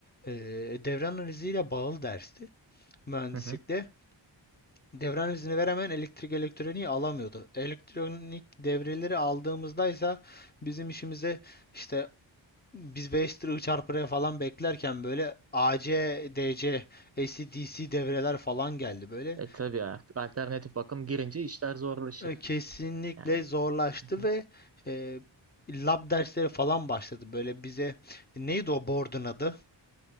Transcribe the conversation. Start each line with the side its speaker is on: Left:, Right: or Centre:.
Left: E, devre analiziyle bağlı dersti mühendislikte.
Right: Hı hı.
Left: Devran izni veremeyen elektrik elektroniği alamıyordu. Elektronik devreleri aldığımızda ise bizim işimize işte biz 5 lira çarpıya falan beklerken böyle AC, DC, AC/DC devreler falan geldi böyle.
Right: E tabii artık alternatif bakım girince işler zorlaşır.
Left: E, Kesinlikle
Right: Yani.
Left: zorlaştı
Right: Hı hı.
Left: ve e, lab dersleri falan başladı. Böyle bize E, neydi o board'un adı?